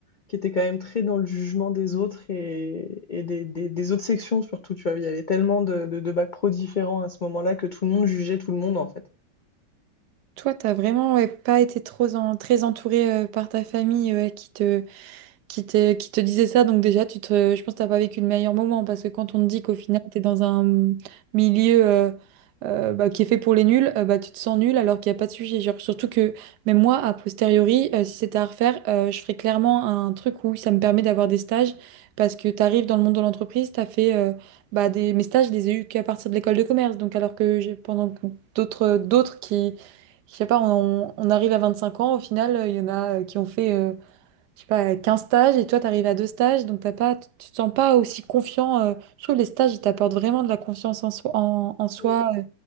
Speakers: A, on the left; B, on the right.
A: qui était quand même très dans le jugement des autres et, et des, des- des autres sections surtout, tu vois. Il y avait tellement de, de, de bacs pro différents à ce moment-là que tout le monde jugeait tout le monde, en fait.
B: Toi, t'as vraiment ouais, pas été trop en- très entourée euh, par ta famille euh, qui te qui te, qui te disait ça. Donc déjà, tu te, je pense que t'as pas vécu le meilleur moment parce que quand on te dit qu'au final, tu es dans un milieu euh, euh, bah, qui est fait pour les nuls, euh, bah, tu te sens nul alors qu'il n'y a pas de sujet. Genre, surtout que même moi, a posteriori, euh, si c'était à refaire, euh, je ferais clairement un truc où ça me permet d'avoir des stages parce que tu arrives dans le monde de l'entreprise, tu as fait euh, bah, des, mes stages, je les ai eus qu'à partir de l'école de commerce. Donc alors que j'ai pendant que d'autres d'autres qui... Je sais pas, on, on arrive à 25 ans, au final, euh, il y en a euh, qui ont fait euh, je sais pas, 15 stages et toi, tu arrives à deux stages, donc t'as pas, tu te sens pas aussi confiant. euh, je trouve que les stages, ils t'apportent vraiment de la confiance en soi, en, en soi
A: Mm.
B: euh,